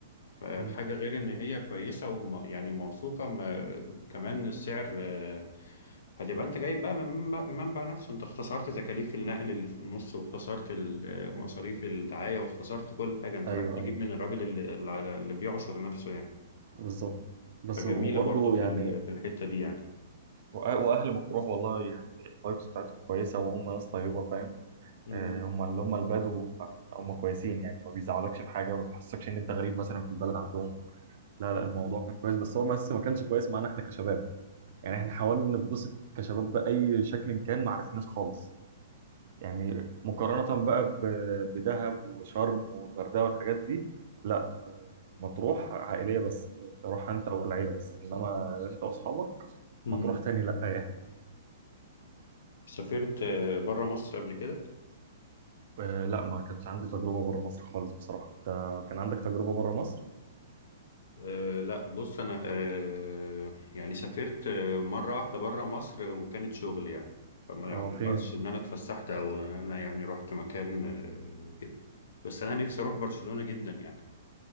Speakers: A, on the left; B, on the right.
A: فالحاجة
B: مم.
A: غير ان هي كويسة وم يعني موثوقة ما كمان السعر آه، هتبقى انت جايب بقى من منبع منبع نفسه انت اختصرت تكاليف النقل اللي في النص واختصرت ال- آه، مصاريف الدعاية واختصرت كل حاجة انت
B: ايوه
A: رايح تجيب
B: ايوه
A: من الراجل
B: ايوه
A: اللي, اللي اللي بيعصر نفسه يعني
B: بالظبط بس
A: فجميلة
B: وبرضه
A: برضو في
B: يعني
A: ال- في الحتة دي يعني
B: وأ- واهل مطروح والله يعني الفايبس بتاعتهم كويسه وهم ناس طيبه فاهم
A: مم.
B: آه، هم اللي هم البدو فهم كويسين يعني ما بيزعلكش في حاجه ما بيحسكش ان انت غريب مثلا في البلد عندهم لا لا الموضوع كان كويس بس هو بس ما كانش كويس معانا احنا كشباب يعني احنا حاولنا نتبسط كشباب باي شكل كان ما عرفناش خالص يعني مقارنة بقى ب- بدهب وشرم والغردقة والحاجات دي لا مطروح عائلية بس تروح انت والعيلة بس انما انت واصحابك
A: مم.
B: مطروح تاني لا يعني
A: سافرت بره مصر قبل كده
B: آه، لا ما كانش عندي تجربة بره مصر خالص بصراحة انت كان عندك تجربة بره مصر؟
A: آه، لا بص انا آه، يعني سافرت آه، مره واحده بره مصر وكانت شغل يعني فما
B: اه
A: يعتبرش
B: فين؟
A: ان انا اتفسحت او ان انا يعني رحت مكان آه، وكده بس انا نفسي اروح برشلونه جدا يعني